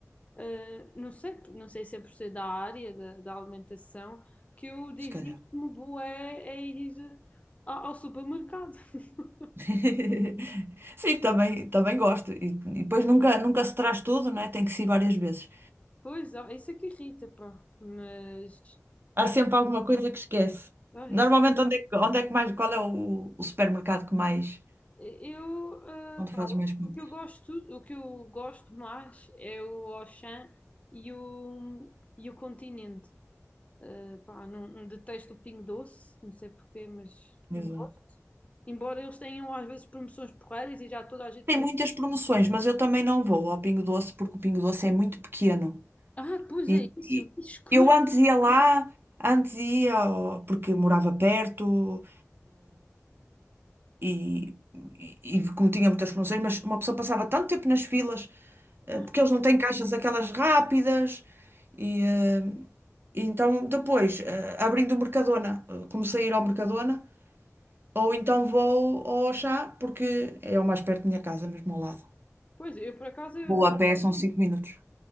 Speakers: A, on the left; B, on the right.
A: eh, não sei, não sei se é por ser da área da, da alimentação que eu divirto-me
B: se calhar.
A: bué a ir ao, ao supermercado. <laughs>
B: <laughs> Sim, também, também gosto. E, e depois nunca, nunca se traz tudo, né? Tem que se ir várias vezes.
A: Pois, ó, isso é que irrita, pá. Mas por
B: Há sempre
A: acaso,
B: alguma coisa que esquece.
A: ó, isso-
B: Normalmente, onde é que, onde é que mais, qual é o, o supermercado que mais,
A: eu,
B: onde
A: eh, pá,
B: fazes mais compras?
A: o que eu gosto, o que eu gosto mais é o Auchan e o, e o Continente. Uh, pá, não, detesto o Pingo Doce, não sei porquê, mas
B: Exato.
A: não gosto. Embora eles tenham às vezes promoções porreiras e já toda a gente
B: Tem
A: me...
B: muitas promoções, mas eu também não vou ao Pingo Doce porque o Pingo Doce é muito pequeno.
A: Ah, pois
B: E,
A: é isso,
B: e
A: que escuro.
B: eu antes ia lá, antes ia ao- porque morava perto e, e, e como tinha muitas promoções, mas uma pessoa passava tanto tempo nas filas, eh,
A: Ah,
B: porque eles não têm caixas aquelas rápidas e eh, Então, depois, eh, abrindo o Mercadona, eh, comecei a ir ao Mercadona, ou então vou ao Auchan, porque é o mais perto da minha casa, mesmo ao lado.
A: pois, eu por acaso, eu,
B: Vou a pé, são cinco minutos,